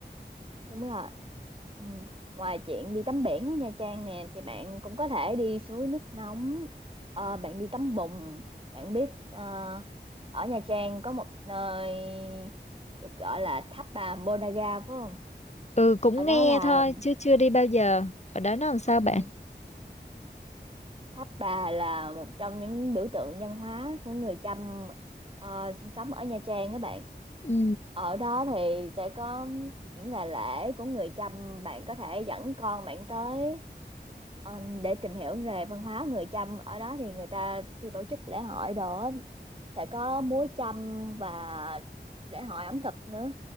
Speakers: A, on the right; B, on the left.
A: Đúng rồi. Ừ. Ngoài chuyện đi tắm biển ở Nha Trang nè thì bạn cũng có thể đi suối nước nóng, ờ, bạn đi tắm bùn. Bạn biết ờ, ở Nha Trang có một nơi được gọi là tháp bà Ponagar phải không?
B: Ừ cũng
A: Ở đó
B: nghe
A: là
B: thôi chứ chưa đi bao giờ. Ở đó nó làm sao
A: ừ.
B: bạn?
A: Tháp Bà là một trong những biểu tượng văn hóa của người Chăm ờ, sinh sống ở Nha Trang các bạn.
B: Ừ.
A: Ở đó thì sẽ có những ngày lễ của người Chăm, bạn có thể dẫn con bạn tới ờ, để tìm hiểu về văn hóa người Chăm. Ở đó thì người ta khi tổ chức lễ hội đó sẽ có múa Chăm và lễ hội ẩm thực nữa.